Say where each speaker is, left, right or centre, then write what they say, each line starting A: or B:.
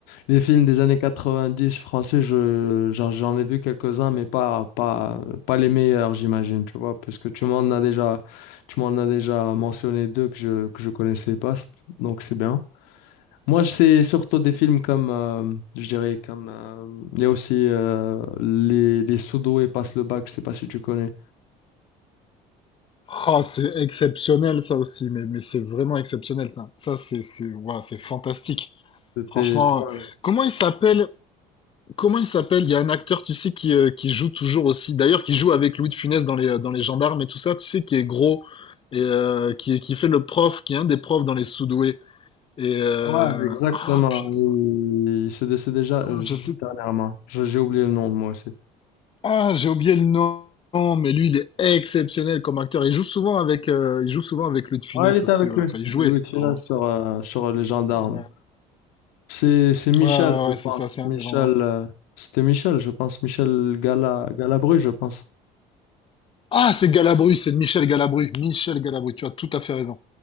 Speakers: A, on the left; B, on the left.
A: les films des années 90 français, je, j'en j'en ai vu quelques-uns, mais pas, pas, pas les meilleurs, j'imagine, tu vois, puisque tu m'en as déjà, tu m'en as déjà mentionné deux que je, que je connaissais pas. Donc, c'est bien. Moi, je sais surtout des films comme, euh, je dirais, comme, euh, il y a aussi euh, les, les Sodo et Passe le bac, je sais pas si tu connais.
B: Ah, c'est exceptionnel ça aussi, mais, mais c'est vraiment exceptionnel ça. Ça, c'est, c'est, voilà, c'est fantastique.
A: C'était,
B: Franchement,
A: tu vois,
B: euh, comment il s'appelle? Comment il s'appelle? Il y a un acteur, tu sais, qui, euh, qui joue toujours aussi. D'ailleurs, qui joue avec Louis de Funès dans les, euh, dans les gendarmes et tout ça, tu sais, qui est gros et euh, qui, qui fait le prof, qui est un des profs dans les sous-doués. Et euh,
A: ouais, exactement.
B: ah putain,
A: Il il s'est décédé déjà euh, juste
B: je sais.
A: dernièrement. Je- J'ai oublié le nom de moi aussi.
B: Ah, j'ai oublié le nom, mais lui, il est exceptionnel comme acteur. Il joue souvent avec, euh, il joue souvent avec Louis de Funès
A: Ouais, il était
B: aussi.
A: avec
B: ouais.
A: lui,
B: Enfin, il jouait,
A: Louis de Funès
B: pardon.
A: sur, euh, sur les gendarmes.
B: Ouais,
A: C'est, c'est Michel,
B: ouais, ouais,
A: je
B: ouais, c'est
A: pense.
B: ça, c'est un
A: Michel,
B: des gendarmes.
A: euh, c'était Michel, je pense. Michel Gala, Galabru, je pense.
B: Ah, c'est Galabru, c'est Michel Galabru. Michel Galabru, tu as tout à fait raison.